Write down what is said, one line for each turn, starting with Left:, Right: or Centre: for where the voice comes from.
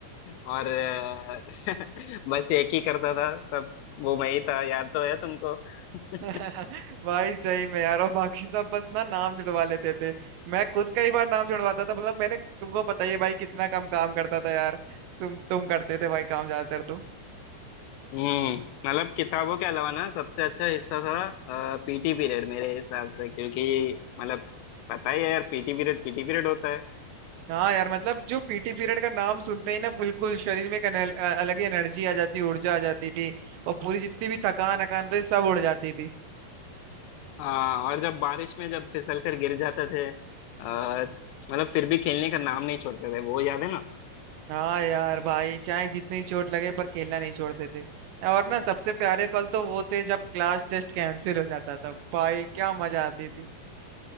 Left: और अ, <laughs> बस एक ही करता था सब वो मैं ही था याद तो है तुमको <laughs>
Right: <laughs> भाई सही में यार और बाकी सब बस ना नाम जुड़वा लेते थे मैं खुद कई बार नाम जुड़वाता था मतलब मैंने तुमको पता ही है भाई कितना कम काम करता था यार तुम तुम करते थे भाई काम ज्यादातर तो
Left: हम्म मतलब किताबों के अलावा ना सबसे अच्छा हिस्सा था पीटी पीरियड मेरे हिसाब से क्योंकि मतलब पता ही है यार पीटी पीरियड पीटी पीरियड होता है
Right: हाँ यार मतलब जो पीटी पीरियड का नाम सुनते ही ना बिल्कुल शरीर में एक अनल- अ- अलग ही एनर्जी आ जाती ऊर्जा आ जाती थी और पूरी जितनी भी थकान अकान थी सब उड़ जाती थी
Left: हाँ और जब बारिश में जब फिसल कर गिर जाते थे आ, मतलब फिर भी खेलने का नाम नहीं छोड़ते थे वो याद है ना
Right: हाँ यार भाई चाहे जितनी चोट लगे पर खेलना नहीं छोड़ते थे और ना सबसे प्यारे पल तो वो थे जब क्लास टेस्ट कैंसिल हो जाता था भाई क्या मजा आती थी